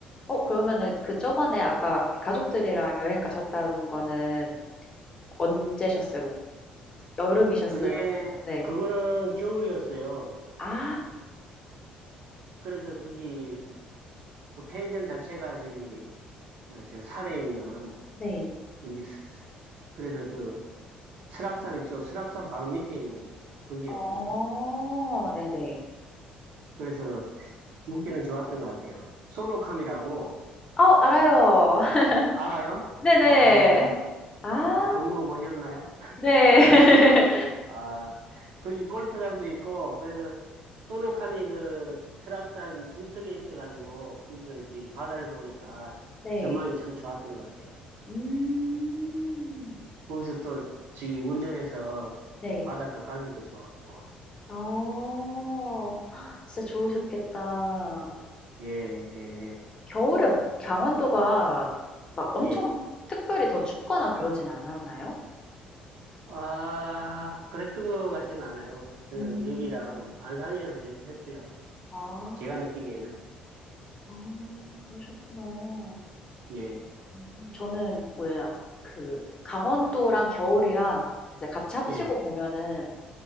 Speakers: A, on the left; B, on the right.
A: 어 그러면은 그 저번에 아까 가족들이랑 여행 가셨다는 거는 언제셨어요? 뭐 여름이셨어요?
B: 그게,
A: 뭐 네.
B: 그거는 겨울이었어요.
A: 아
B: 그래서 거기, 그 펜션 자체가 저기, 그, 저 산에 있는,
A: 네.
B: 거기, 스- 스- 그래서 그, 설악산 있죠. 설악산 바로 밑에 있는 거기였거든요.
A: 어 네네.
B: 그래서 묵기는 좋았던 것 같아요. 소노캄이라고,
A: 어 알아요. <laughs>
B: 알아요?
A: 네네.
B: 아,
A: 아
B: 아, 그 묵어 보셨나요?
A: 네. <laughs>
B: 아, 거기 골프장도 있고, 그래서 소노카미 그 설악산 중턱에 있어가지고, 거기서 이제 바다를 보니까
A: 네.
B: 전망이 참 좋았던 것 같아요.
A: 음.
B: 거기서 또 저기 운전해서
A: 네.
B: 그 바닷가 가기도 좋았고,
A: 어. 헉, 진짜 좋으셨겠다.
B: 예, 예,
A: 겨울에 강원도가 막 엄청
B: 예, 예.
A: 특별히 더 춥거나 그러진 않았나요?
B: 아, 그랬던 것 같지는 않아요. 그냥
A: 음.
B: 여기랑 안산이랑 비슷했어요.
A: 아.
B: 제가 느끼기에는.
A: 아 그러셨구나.
B: 예,
A: 음 저는 뭐야 그 강원도랑 겨울이랑 이제 같이 네. 합치고
B: 예,
A: 보면은